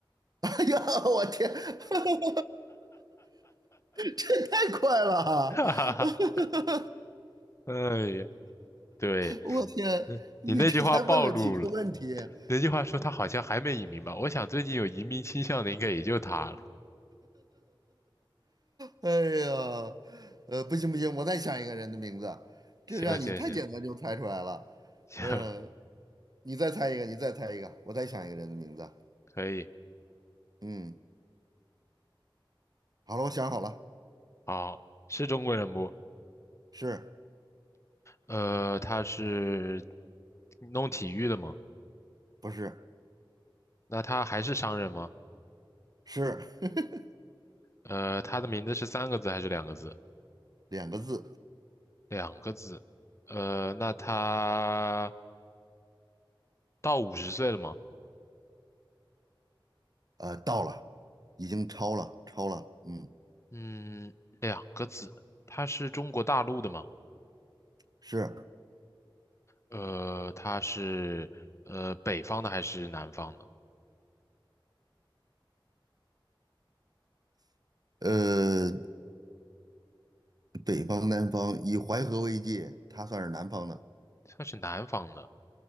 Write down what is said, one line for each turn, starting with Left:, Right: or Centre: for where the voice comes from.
Right: 哎呀，我天，<laughs> 这太快了啊！
Left: <laughs> 哈哈哈，
Right: <laughs>
Left: 哎呀，对，
Right: 我天，
Left: 嗯你那句话暴露了，
Right: 你这才问了几个问题？<laughs>
Left: 那句话说他好像还没移民吧？我想最近有移民倾向的应该也就他了。
Right: 哎呀，呃，不行不行，我再想一个人的名字，
Left: 行行行
Right: 这让你太简单就猜出来了。
Left: 行，
Right: 嗯，你再猜一个，你再猜一个，我再想一个人的名字。
Left: 可以，
Right: 嗯，好了，我想好了，
Left: 好，是中国人不？
Right: 是
Left: 呃，他是弄体育的吗？
Right: 不是？
Left: 那他还是商人吗？
Right: 是 <laughs>
Left: 呃，他的名字是三个字还是两个字？
Right: 两个字。
Left: 两个字。呃，那他到五十岁了吗？
Right: 呃，到了，已经超了，超了，嗯，
Left: 嗯，两个字。他是中国大陆的吗？
Right: 是，
Left: 呃，他是呃北方的还是南方的？
Right: 呃，北方南方以淮河为界，它算是南方的，
Left: 他是南方的。